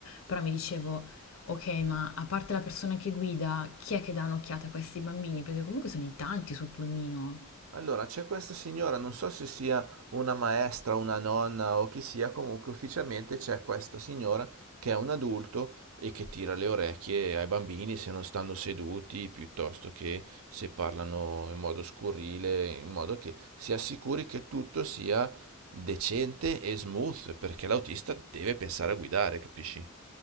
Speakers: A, on the left; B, on the right.
A: però mi dicevo, ok, ma a parte la persona che guida, chi è che dà un'occhiata a questi bambini? Perché comunque sono in tanti sul pulmino.
B: Allora, c'è questa signora, non so se sia una maestra, una nonna o chi sia, comunque ufficialmente c'è questa signora che è un adulto e che tira le orecchie ai bambini se non stanno seduti, piuttosto che se parlano in modo scurrile, in modo che si assicuri che tutto sia decente e smooth, perché l'autista deve pensare a guidare, capisci?